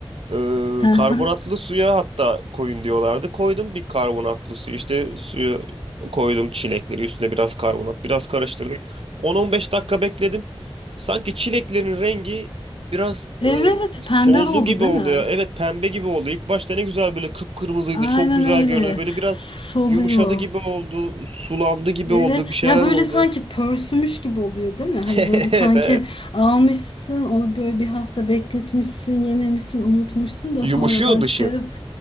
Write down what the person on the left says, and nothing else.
hı
hı.
Evet,
pembe oldu
değil
mi?
Aynen
öyle.
Soluyor.
Evet
ya böyle
sanki pörsümüş gibi oluyor değil mi? Hani
böyle sanki
almışsın onu böyle bir hafta bekletmişsin yememişsin unutmuşsun da
sonradan
çıkarıp